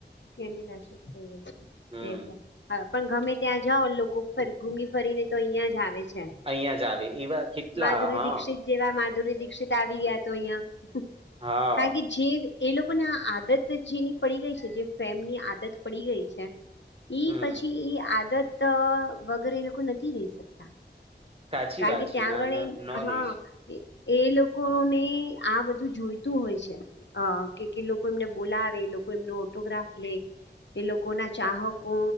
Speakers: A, on the left (about 85°); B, on the right (about 30°).
A: કે નાસીક થયે
B: હમ
A: એટલે હા પણ ગમે ત્યાં જાઓ લોકો ફ ઘૂમ ફરીને તો અહિયાં જ આવે છે
B: અહિયાં જ આવે એવા કેટલા
A: માધુરી
B: હા
A: દીક્ષિત જેવા માધુરી દીક્ષિત આવી ગયા તો અહિયાં
B: હા
A: કારણ કે જે એ લોકોને આદત જેની પડી ગઈ છે જે ફેમની આદત પડી ગઈ છે ઈ
B: હમ
A: પછી એ આદત વગર એ લોકો નથી રહી સકતા.
B: સાચી
A: કારણ
B: વાત
A: કે
B: છે
A: ત્યાં
B: ના
A: આગળ
B: ન ન
A: હા
B: રહીશ
A: એ લોકોને આ બધું જોઈતું હોય છે. અ કે લોકો એમને બોલાવે લોકો એમનો ઓટોગ્રાફ લે. એ લોકો ના ચાહકો